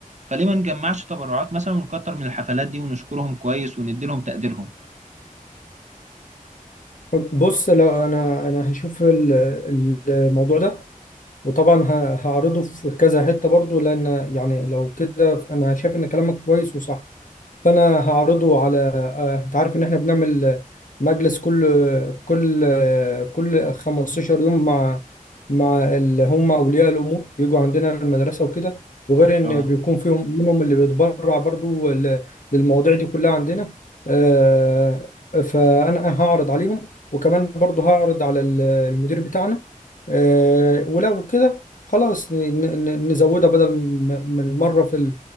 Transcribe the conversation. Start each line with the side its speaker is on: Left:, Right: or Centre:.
Right: فليه ما نجمعش تبرعات مثلا ونكتر من الحفلات دي ونشكرهم كويس وندي لهم تقديرهم
Left: بص لو انا انا هشوف ال- ال- الموضوع ده وطبعا ه- هعرضه في كذا حتة برضو لان يعني لو كده انا شايف ان كلامك كويس وصح فانا هعرضه على آه، انت عارف ان احنا بنعمل مجلس كل كل كل 15 يوم مع مع اللي هم اولياء الامور بيجوا عندنا المدرسه وكده وغير ان
Right: اه
Left: بيكون فيهم منهم اللي بيتبرع برضو ل- للمواضيع دي كلها عندنا آه، فانا هعرض عليهم وكمان برضو هعرض على ال- المدير بتاعنا آه، ولو كده خلاص ن- ن- نزودها بدل م- من مره في